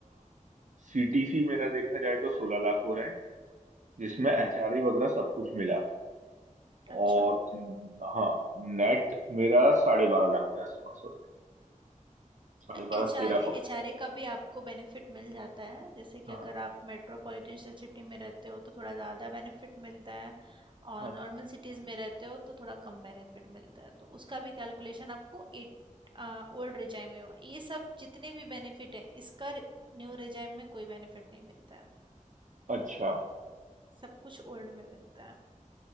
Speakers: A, on the right; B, on the right.
A: सीटीसी मेरा देखा जाए तो सोलह लाख हो रहा है जिसमें
B: हम्म हम्म
A: एचआरए वगैरह सब कुछ मिला के
B: अच्छा
A: और न- हाँ नेट मेरा साढ़े बारह लाख के आसपास हो रहा है साढ़े
B: एचआरए
A: बारह तेरह पकड़
B: एचआरए का भी आपको बेनिफिट मिल जाता है जैसे कि
A: हाँ
B: अगर आप मेट्रोपॉलिटन सिटी में रहते हो तो थोड़ा ज़्यादा बेनिफिट मिलता है और
A: हाँ
B: नॉर्मल
A: जी
B: सिटीज़ में रहते हो तो थोड़ा कम बेनिफिट मिलता है तो उसका भी कैलकुलेशन आपको एट ओल्ड रिजाइम में होगा ये सब जितने भी बेनिफिट हैं इसका न्यू रिजाइम में कोई बेनिफिट नहीं मिलता है
A: अच्छा
B: सब कुछ ओल्ड में मिलता है